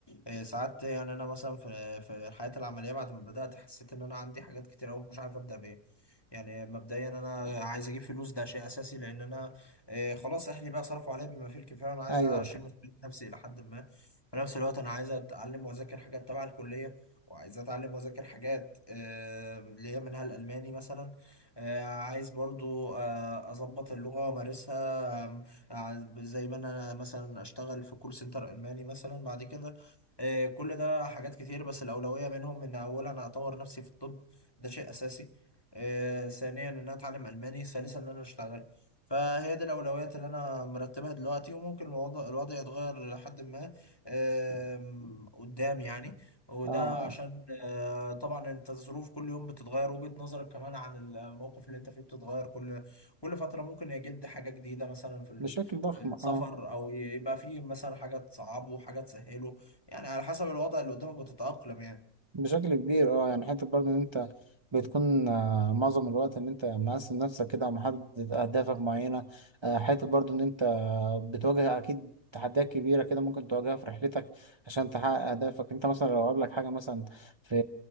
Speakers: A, on the left; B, on the right.
A: آه، ساعات يعني أنا مثلا في في الحياة العملية بعد ما بدأت حسيت إن أنا عندي حاجات كتير أوي مش عارف أبدأ بإيه يعني مبدئيا أنا عايز أجيب فلوس ده شيء أساسي لأن أنا آه، خلاص أهلي بقى صرفوا عليا بما فيه الكفاية وأنا عايز
B: ايوه
A: أشيل
B: طب.
A: مسؤولية نفسي إلى حد ما في نفس الوقت أنا عايز أتعلم وأذاكر حاجات تبع الكلية وعايز أتعلم وأذاكر حاجات آه، اللي هي منها الألماني مثلا آه، عايز برضو آه، اظبط اللغة وامارسها آم، ع- زي ما انا مثلا اشتغل في كول سنتر الماني مثلا بعد كده آه، كل ده حاجات كتير بس الاولوية منهم ان اولا انا اطور نفسي في الطب ده شيء اساسي آه، ثانيا ان انا اتعلم الماني ثالثا ان انا اشتغل فهي دي الأولويات اللي أنا مرتبها دلوقتي وممكن الوضع الوضع يتغير لحد ما آم، قدام يعني وده
B: اه
A: مم.
B: اه
A: عشان آه، طبعا انت الظروف كل يوم بتتغير وجهة نظرك كمان عن الموقف اللي انت فيه بتتغير كل كل فترة ممكن يجد حاجة جديدة مثلا في ال-
B: بشكل ضخم
A: في السفر
B: اه
A: او يبقى فيه مثلا حاجة تصعبه حاجة تسهله يعني على حسب الوضع اللي قدامك وتتأقلم يعني
B: بشكل كبير اه يعني حتة برضو ان انت بتكون آه معظم الوقت ان انت مقسم نفسك كده ومحدد اهدافك معينة آه حتة برضو ان انت بتواجه اكيد تحديات كبيرة كده ممكن تواجهها في رحلتك عشان تحقق أهدافك أنت مثلا لو قابلك حاجة مثلا في